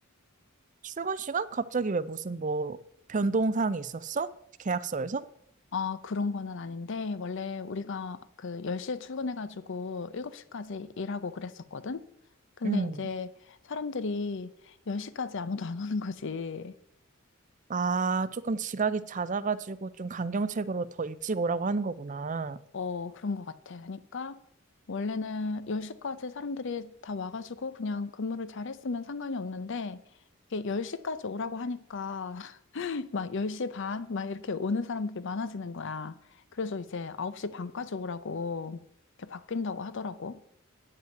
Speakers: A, on the right; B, on the left.
A: 출근 시간? 갑자기 왜 무슨 뭐 변동사항이 있었어? 계약서에서?
B: <laughs> 아, 그런 거는 아닌데, 원래 우리가 그 10시에 출근해가지고 7시까지 일하고 그랬었거든? 근데
A: 음.
B: 이제 사람들이 10시까지 아무도 안 오는 거지.
A: 아, 조금 지각이 잦아가지고 좀 강경책으로 더 일찍 오라고 하는 거구나.
B: 어, 그런 것 같아. 그러니까 원래는 10시까지 사람들이 다 와가지고 그냥 근무를 잘 했으면 상관이 없는데 이게 10시까지 오라고 하니까 <laughs> 막 10시 반? 막 이렇게 오는 사람들이 많아지는 거야. 그래서 이제 9시 반까지 오라고 이렇게 바뀐다고 하더라고.